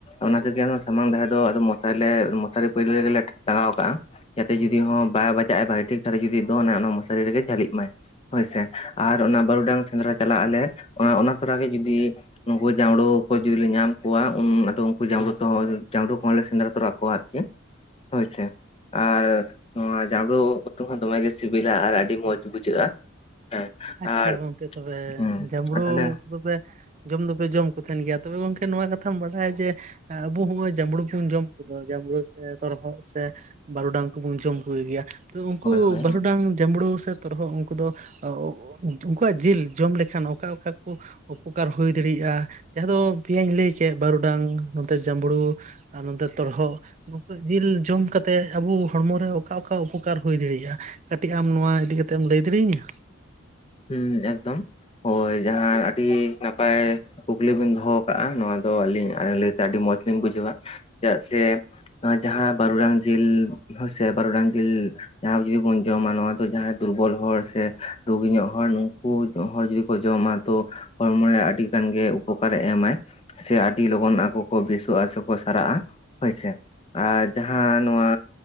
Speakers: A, on the left; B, on the right.
A: ᱚᱱᱟ ᱛᱮᱜᱮ ᱥᱟᱢᱟᱝ ᱫᱷᱟᱨᱮ ᱫᱚ ᱟᱫᱚ ᱢᱚᱥᱟᱨᱤ ᱞᱮ ᱢᱚᱥᱟᱨᱤ ᱯᱟᱹᱭᱞᱟᱹ ᱨᱮᱜᱮᱞᱮ ᱴᱟᱸᱟᱜᱟᱣ ᱠᱟᱜᱼᱟ, ᱡᱟᱛᱮ ᱡᱩᱫᱤ ᱦᱚᱸ ᱵᱟᱭ ᱵᱟᱡᱟᱜᱼᱟ ᱵᱷᱟᱜᱮ ᱴᱷᱤᱠ ᱛᱟᱞᱦᱮ ᱡᱩᱫᱤ ᱫᱚᱱᱟᱭ ᱚᱱᱟ ᱢᱚᱥᱟᱨᱤ ᱨᱮᱜᱮ ᱡᱷᱟᱹᱞᱤᱜ ᱢᱟᱭ᱾ ᱦᱳᱭ ᱥᱮ᱾ ᱟᱨ ᱚᱱᱟ ᱵᱟᱹᱨᱩᱰᱟᱝ
B: ᱟᱪᱪᱷᱟ
A: ᱥᱮᱸᱫᱽᱨᱟ ᱪᱟᱞᱟᱜ ᱟᱞᱮ ᱚᱱᱟ ᱚᱱᱟ ᱛᱚᱨᱟᱜᱮ ᱡᱩᱫᱤ ᱱᱩᱝᱠᱩ ᱡᱟᱸᱢᱲᱳ ᱠᱚ ᱡᱩᱫᱤ ᱞᱮ ᱧᱟᱢ ᱠᱚᱣᱟ ᱩᱱ ᱟᱫᱚ ᱩᱱᱠᱩ ᱡᱟᱸᱢᱲᱳ ᱛᱮᱦᱚᱸ ᱡᱟᱸᱢᱲᱳ ᱠᱚᱦᱚᱸ ᱞᱮ ᱥᱮᱸᱫᱽᱨᱟ ᱛᱚᱨᱟ ᱠᱚᱣᱟ ᱟᱨᱠᱤ ᱦᱳᱣ ᱥᱮ᱾ ᱟᱨ ᱱᱚᱣᱟ ᱡᱟᱸᱢᱲᱳ ᱩᱛᱩ ᱦᱚᱸ ᱫᱚᱢᱮ ᱜᱮ ᱥᱤᱵᱤᱞᱟ ᱟᱨ ᱟᱹᱰᱤ ᱢᱚᱸᱡᱽ ᱵᱩᱡᱷᱟᱹᱜᱼᱟ᱾ ᱦᱮᱸ
B: ᱟᱪᱪᱷᱟ
A: ᱟᱨ
B: ᱜᱚᱝᱠᱮ ᱛᱚᱵᱮ
A: ᱦᱩᱸ
B: ᱡᱟᱸᱢᱲᱳ
A: ᱛᱟᱦᱚᱞᱮ
B: ᱠᱚᱫᱚ ᱯᱮ ᱡᱚᱢ ᱫᱚᱯᱮ ᱡᱚᱢ ᱠᱚ ᱛᱟᱦᱮᱱ ᱜᱮᱭᱟ ᱛᱚᱵᱮ ᱜᱚᱝᱠᱮ ᱱᱚᱣᱟ ᱠᱟᱛᱷᱟᱢ ᱵᱟᱰᱟᱭᱟ ᱡᱮ ᱮᱸ ᱟᱵᱩ ᱦᱚᱸᱜ-ᱚᱭ ᱡᱟᱸᱵᱲᱳ ᱵᱚᱱ ᱡᱚᱢ ᱠᱚᱫᱚ ᱡᱟᱸᱢᱲᱳ ᱥᱮ ᱛᱚᱨᱦᱚᱫ ᱥᱮ ᱵᱟᱨᱩᱰᱟᱝ ᱠᱩᱵᱩᱱ ᱡᱚᱢ ᱠᱚᱜᱮ ᱜᱮᱭᱟ᱾ ᱛᱚ ᱩᱱᱠᱩ
A: ᱦᱳᱭ ᱦᱳᱭ
B: ᱵᱟᱹᱨᱩᱰᱟᱝ, ᱡᱟᱸᱢᱲᱳ ᱥᱮ ᱛᱚᱨᱦᱚᱫᱽ ᱩᱱᱠᱩ ᱫᱚ ᱚ ᱚᱜ ᱩᱝ ᱩᱱᱠᱩᱣᱟᱜ ᱡᱤᱞ ᱡᱚᱢ ᱞᱮᱠᱷᱟᱱ ᱚᱠᱟ ᱚᱠᱟ ᱠᱚ ᱩᱯᱚᱠᱟᱨ ᱦᱩᱭ ᱫᱟᱲᱮᱭᱟᱜᱼᱟ, ᱡᱟᱦᱟᱸ ᱫᱚ ᱯᱮᱭᱟᱧ ᱞᱟᱹᱭ ᱠᱮᱫ ᱵᱟᱨᱩᱰᱟᱝ ᱱᱚᱱᱛᱮ ᱡᱟᱸᱵᱲᱳ ᱟᱨ ᱱᱚᱱᱛᱮ ᱛᱚᱨᱦᱚᱫ᱾ ᱡᱤᱞ ᱡᱚᱢ ᱠᱟᱛᱮᱫ ᱟᱵᱚ ᱦᱚᱲᱢᱚ ᱨᱮ ᱚᱠᱟ ᱚᱠᱟ ᱩᱯᱚᱠᱟᱨ ᱦᱩᱭ ᱫᱟᱲᱮᱭᱟᱜᱼᱟ? ᱠᱟᱹᱴᱤᱡ ᱟᱢ ᱱᱚᱣᱟ ᱤᱫᱤ ᱠᱟᱛᱮᱫ ᱮᱢ ᱞᱟᱹᱭ ᱫᱟᱲᱮᱭᱤᱧᱟ?
A: ᱦᱩᱸ ᱮᱠᱫᱚᱢ, ᱦᱳᱭ ᱡᱟᱦᱟᱸ ᱟᱹᱰᱤ ᱱᱟᱯᱟᱭ ᱠᱩᱠᱞᱤ ᱵᱮᱱ ᱫᱚᱦᱚ ᱟᱠᱟᱜᱼᱟ ᱱᱚᱣᱟ ᱫᱚ ᱟᱹᱞᱤᱧ ᱚᱱᱟ ᱞᱟᱹᱭᱛᱮ ᱟᱹᱰᱤ ᱢᱚᱸᱡᱽ ᱞᱤᱧ ᱵᱩᱡᱷᱟᱹᱣᱟ᱾ ᱪᱮᱫᱟᱜ ᱥᱮ ᱱᱚᱣᱟ ᱡᱟᱦᱟᱸ ᱵᱟᱨᱩᱰᱟᱝ ᱡᱤᱞ, ᱦᱳᱭ ᱥᱮ ᱵᱟᱨᱩᱰᱟᱝ ᱡᱤᱞ ᱡᱟᱦᱟᱸ ᱡᱩᱫᱤ ᱵᱚᱱ ᱡᱚᱢᱟ ᱱᱚᱣᱟ ᱫᱚ ᱡᱟᱦᱟᱸ ᱫᱩᱨᱵᱚᱞ ᱦᱚᱲ ᱥᱮ ᱨᱩᱜᱤ ᱧᱚᱜ ᱦᱚᱲ ᱩᱱᱠᱩ ᱦᱚᱲ ᱡᱩᱫᱤ ᱠᱚ ᱡᱚᱢᱟ ᱛᱚ ᱦᱚᱲᱢᱚ ᱨᱮ ᱟᱹᱰᱤ ᱜᱟᱱ ᱜᱮ ᱩᱯᱚᱠᱟᱨ ᱮ ᱮᱢᱟᱭ᱾ ᱥᱮ ᱟᱹᱰᱤ ᱞᱚᱜᱚᱱ ᱟᱠᱚ ᱠᱚ ᱵᱮᱥᱚᱜ-ᱟ ᱥᱮ ᱠᱚ ᱥᱟᱨᱟᱜ-ᱟ ᱦᱳᱭᱥᱮ ᱾ ᱟᱨ ᱡᱟᱦᱟᱸ ᱱᱚᱣᱟ